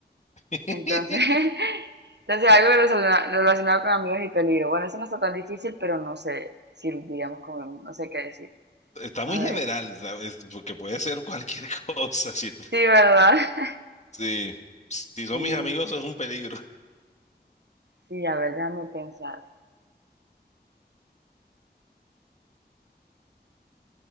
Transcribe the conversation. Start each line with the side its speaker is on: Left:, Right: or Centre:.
Left: <laughs>
Right: Entonces, <laughs> entonces algo relacionado con amigos y peligro. Bueno, eso no está tan difícil, pero no sé si digamos como, no sé qué decir.
Left: Está muy
Right: A
Left: general,
Right: ver.
Left: ¿sabes? Porque puede ser cualquier <laughs> cosa. Sí,
Right: Sí, ¿verdad? <laughs>
Left: sí. Si son
Right: Mm,
Left: mis amigos, es un peligro.
Right: Sí, a ver, déjame pensar.